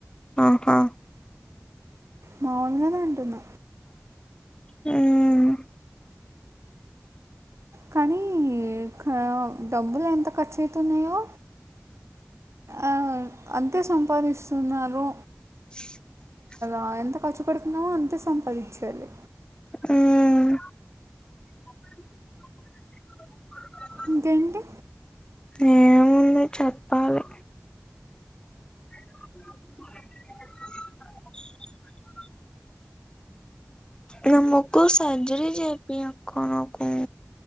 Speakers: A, on the left; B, on the right.
A: ఆహా
B: మాములుగానే అంటున్న
A: ఉమ్
B: కానీ క డబ్బులు ఎంత ఖర్చు అయితున్నయో ఆ అంతే సంపాదిస్తున్నారు
A: <unintelligible>
B: ఆ ఎంత ఖర్చుపెడుతున్నామో అంతే సంపాదించాలి
A: మ్మ్ <unintelligible>
B: ఇంకేంటి
A: ఏముంది చెప్పాలి <unintelligible> నా ముకు సర్జరీ చేయిపియక్క నాకు